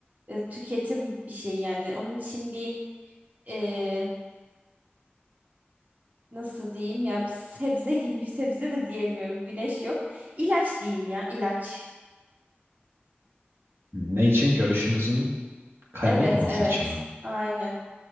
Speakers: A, on the right; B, on the right.
A: e, tüketim bir şey yani. Onun için bir e, nasıl diyeyim ya bir sebze gibi <laughs> sebze de diyemiyorum. Güneş yok. İlaç diyeyim ya ilaç.
B: Ne için? Görüşümüzün kaybolmaması
A: Evet evet
B: için mi?
A: aynen.